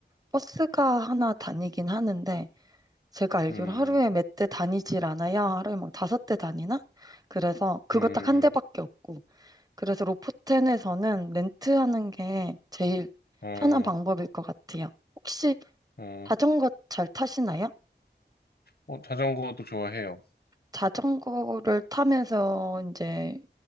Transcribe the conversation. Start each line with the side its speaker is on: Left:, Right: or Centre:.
Right: 버스가 하나 다니긴 하는데 제가 알기로
Left: 음,
Right: 하루에 몇 대 다니질 않아요. 하루에 막 다섯 대 다니나? 그래서 그거
Left: 음,
Right: 딱 한 대밖에
Left: 음.
Right: 없고 그래서 로포텐에서는 렌트하는 게 제일
Left: 어,
Right: 편한 방법일 것 같아요. 혹시
Left: 어,
Right: 자전거 잘 타시나요?
Left: 어, 자전거도 좋아해요.
Right: 자전거를 타면서 이제